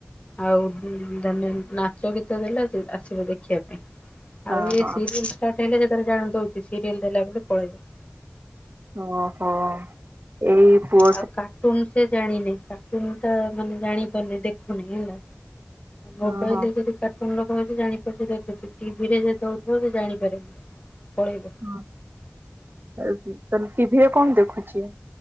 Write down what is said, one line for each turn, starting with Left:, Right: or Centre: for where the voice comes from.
Left: ଆଉ-। ଧାନେ ନାଚ ଗୀତ ଦେଲା ଆସିବ ଦେଖିବା ପାଇଁ
Right: ହଁ
Left: ଆଉିରି
Right: ହଁ
Left: <unintelligible> ହେଲେ ଯେତେବେଳୋଣ ଦଉଛି ସିରିଏଲ ଦେଲା ବ ପଳେଇବା।
Right: ଓହୋ ଏଇ ପ <inaudible>
Left: ଆଉ କାର୍ଟୁନ ସେ ଜାଣିନି କାର୍ଟୁନ ଟା ମାନେ ଜାଣି ପାରୁନି ଦେଖୁନି ହେଲା। ମୋବାଇଲ
Right: ହଁ ହଁ
Left: ଯଦି କଣ ଲୋକ ହଉଛି ଜାଣିପାରୁଛି ଦେଖୁଛି ଟିଭି ରେ ଦଉଥିବ ସେ ଜାଣିପାରନି ପଳେଇବ।
Right: ହଁ ତାଲେ ଟିଭିରେ କଣ ଦେଖୁଛି?